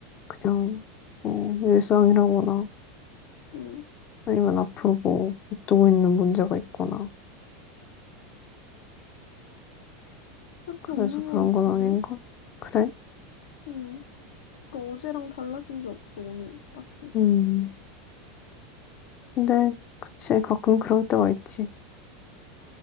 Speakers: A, on the left; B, on the left.
A: 그냥 뭐 일상이라거나
B: 음,
A: 아니면 앞으로 뭐 앞두고 있는 문제가 있거나
B: 딱히
A: 그래서
B: 없는
A: 그런
B: 것
A: 건
B: 같은데?
A: 아닌가? 그래?
B: 음, 그니까 어제랑 달라진 게 없어, 오늘. 딱히.
A: 음. 근데 그치 가끔 그럴 때가 있지.